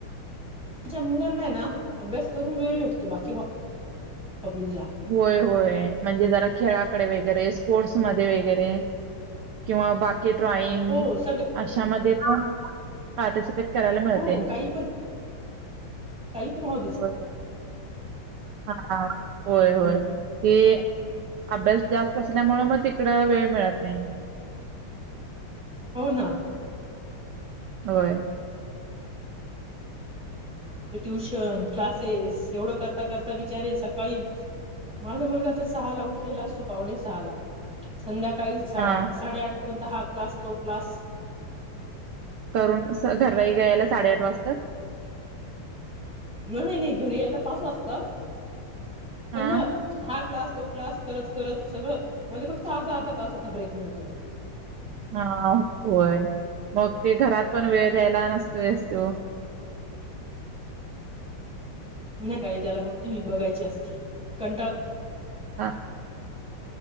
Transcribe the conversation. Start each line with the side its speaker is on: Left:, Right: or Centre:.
Centre: आजच्या मुलांना हे ना अभ्यास करून वेळ भेटतो बाकी हॉबीज ला
Right: होय होय म्हणजे जरा खेळाकडे वगैरे स्पोर्ट्समध्ये वगैरे किंवा बाकी ड्रॉइंग
Centre: हो सगळ्या
Right: अशामध्ये पण पार्टिसिपेट करायला मिळते.
Centre: हो काही पण काही पण हो
Right: होय होय हा होय होय
Centre: हम्म
Right: हे अभ्यास जास्त असल्यामुळे मग तिकड वेळ मिळत नाही.
Centre: हो ना
Right: होय
Centre: ते ट्युशन क्लासेस एवढं करता करता बिचारे सकाळी माझा मुलगा तर सहा ला उठलेला असतो पाहूणे सहाला संध्याकाळी साडेआठ
Right: हा
Centre: पर्यंत हा क्लास तो क्लास
Right: करून स घरला यायला साडेआठ वाजत्यात.
Centre: नाही नाही नाही घरी यायला पाच वाजतात पण
Right: हा
Centre: मग हा क्लास तो क्लास करत करत सगळं मध्ये फक्त अर्धा अर्धा तासाचा ब्रेक मिळतो.
Right: हा होय मग ते घरात पण वेळ द्यायला नसतोयस तो
Centre: नाही काय त्याला मग टी व्ही बघायची असती कंटाळ
Right: हा